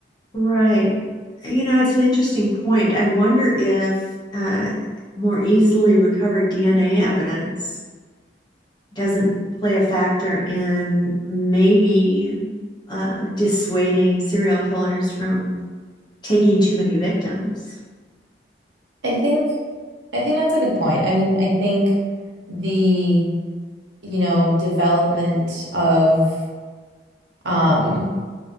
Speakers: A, on the left; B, on the right.
A: Right. You know, it's an interesting point. I wonder if uh, more easily recovered DNA evidence doesn't play a factor in maybe uh, dissuading serial killers from taking too many victims.
B: I think I think that's a good point. I mean, I think the, you know, development of um